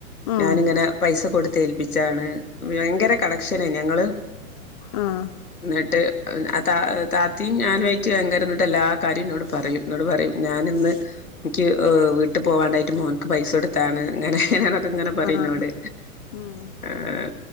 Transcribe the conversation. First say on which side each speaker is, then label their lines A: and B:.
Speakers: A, on the left; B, on the left.
A: ആഹ്
B: ഞാനിങ്ങനെ പൈസ കൊടുത്തേൽപ്പിച്ചാണ് ഭയങ്കര കണക്ഷനെ ഞങ്ങള്
A: അഹ്
B: എന്നിട്ട് ആ ത താത്തിയും ഞാനും ആയിട്ട് ഭയങ്കരം എന്നിട്ട് എല്ലാ കാര്യോ എന്നോട് പറയും എന്നോട് പറയും ഞാനിന്ന് എനിക്ക് വീട്ട് പോവാണ്ടായിട്ട് മോൻക്ക് പൈസ കൊടുത്താണ് എങ്ങനെയാണ്ക്കെ ഇങ്ങനെ പറയും
A: ആഹ് ആഹ്
B: ഇന്നോട്
A: ഉം
B: അഹ്